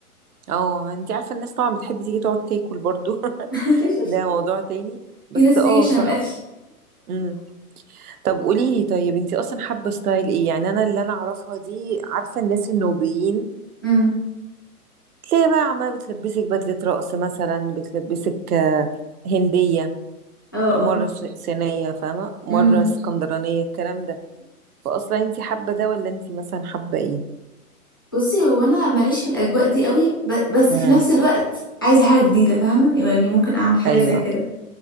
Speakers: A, on the right; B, on the left.
A: اه انت عارفه الناس طبعا بتحب تيجي تقعد تاكل برضو <laughs>
B: <laughs>
A: ده موضوع تاني بس
B: في ناس
A: اه
B: بتيجي عشان
A: صح
B: الاكل
A: امم طب قولي لي طيب انت اصلا حابه ستايل ايه يعني انا اللي انا اعرفها دي عارفه الناس النوبيين
B: امم
A: تلاقي بقى عماله بتلبسك بدله رقص مثلا بتلبسك آه، هنديه
B: اه
A: مرة
B: اه
A: س- سينية فاهمة مرة
B: امم
A: اسكندرانية الكلام ده فأصلا انتي حابة ده ولا انتي مثلا حابة ايه
B: بصي هو انا ماليش في الاجواء دي قوي ب... بس
A: امم
B: في نفس الوقت عايزة حاجة جديدة فاهمة يعني ممكن اعمل حاجة
A: ايوه
B: زي كده